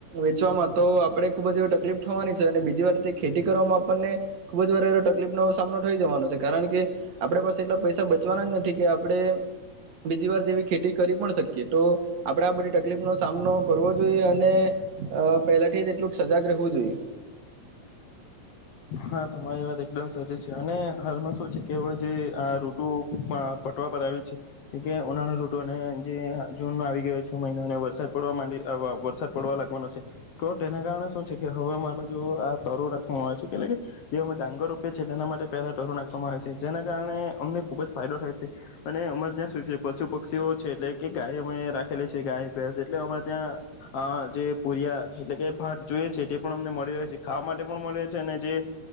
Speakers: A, on the right (about 65°); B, on the left (about 65°).
A: વેચવામાં તો આપડે ખુબ જ એવી તકલીફ થવાની છે અને બીજી વાર તે ખેતી કરવામાં આપણને ખુબ જ વાર એ તકલીફનો સામનો થઈ જવાનો છે કારણ કે આપડ પાસે એટલા પૈસા બચવાના જ નથી કે આપડે બીજી વાર તેવી ખેતી કરી પણ શકીએ તો આપડે આ બધી તકલીફ નો સામનો કરવો જોઈએ અને પહેલાથી જ એટલું સજાગ રહેવું જોઈએ.
B: હા તમારી વાત એકદમ સાચી છે. અને હાલમાં શું છે કે હવે જે આ રઋટુ પટવા પર આવી છે કે ઉનાળા રઋટુને જે જૂનનો આવી ગયો છે મહિનોને વરસાદ પડવા માંડયો અ વરસાદ પડવા લાગવાનો છે તો તેના કારણે શું છે કે હવામાં બાજુ આ તારું <unintelligible> તે ઓ મે ડાંગર રોપીએ છીએ તેના માટે પહેલા ટરો નાખવામાં આવે છે જેના કારણે અમને ખુબ જ ફાયદો થાય છે અને અમારે ત્યાં શું છે પશુ પક્ષીઓ છે એટલે કે ગાય અમે રાખેલી છે ગાય ભેંસ એટલે અમારે ત્યાં અ જે પુરીયા એટલે કે ભાત જોઈએ છે તે પણ અમને મળી રહે છે ખાવા માટે પણ મળી રહે છે અને જે અ